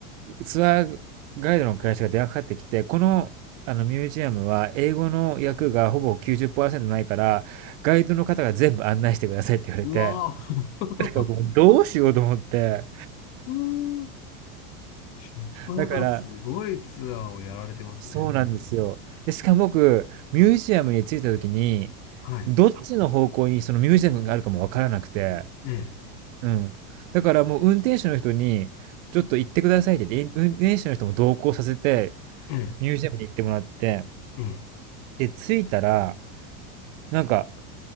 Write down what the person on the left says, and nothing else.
うわー、
<laughs> うーんしょっぱなからすごいツアーをやられてますね。
はい、
ええ、
ええ、
ええ、